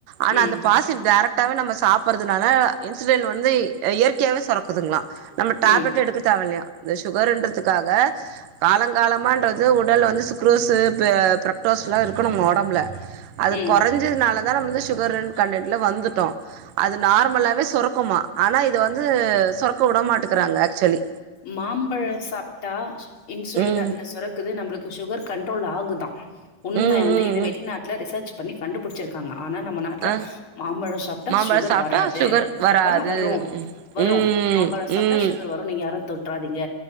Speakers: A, on the right; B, on the left.
A: ஆனா
B: ம்.
A: அந்த பாசில டேரக்ட் <unintelligible> நம்ம சாப்பறனால! இன்சுலின் வந்து இயற்கையாவே சுரக்குதுங்களா நம்ம டேப்லெட்
B: ம்.
A: எடுக்க தேவயில்லையான் இந்த சுகர்ன்றதுக்காக காலங்காலமான்றது உடல் வந்து சுக்ரோஸு பிரக்டோஸ்ல்லா இருக்கணுமா ஒடம்புல அது
B: ம்.
A: கொறைஞ்சதுனால தா நம்ம வந்து சுகர்ன்னு கண்டென்ட்ல வந்துட்டோ அது நார்மலாவே சொரக்குமா ஆனா இத வந்து சொரக்க வுடமாட்டக்குறாங்க ஆக்சுலி
B: மாம்பழம் சாப்ட்டா இன்சுலின்
A: ம்
B: அதுல சுரக் குது நம்மளுக்கு சுகர் கண்ட்ரோல் ஆகுதான் உண்மை
A: ம்
B: வந்து
A: ம்
B: இது
A: ம்
B: வெளிநாட்டில ரிசர்ச் பண்ணி கண்டுபிடிச்சிருக்காங்க ஆனா நம்ம நாட்ல
A: ஆ
B: மாம்பழோ சாப்ட்டா
A: மாம்பழ
B: சுகர்
A: சாப்ட்டா
B: வராது
A: சுகர் வராது
B: ஆ வரு
A: ம்
B: வரு
A: ம்
B: மாம்பழோ சாப்ட்டா
A: ம்
B: சுகர் வரு நீங்க யாரும் தொட்றாதீங்க